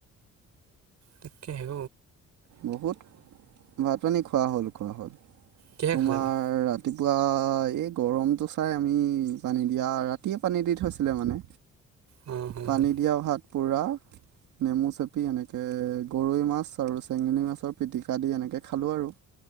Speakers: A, on the right (about 60°); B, on the right (about 75°).
A: তাকে হে
B: বহুত ভাত পানী খোৱা হ'ল খোৱা হ'ল
A: কিহে
B: তোমাৰ
A: খালে বাৰু?
B: ৰাতিপুৱা এই গৰমটো চাই আমি পানী দিয়া ৰাতিয়ে পানী দি থৈছিলে মানে
A: অ', হয়,
B: পানী
A: হয়।
B: দিয়া ভাত পুোৰা নেমু চেপি এনেকে গৰৈ মাছ আৰু চেঙনী মাছৰ পিটিকা দি এনেকে খালোঁ আৰু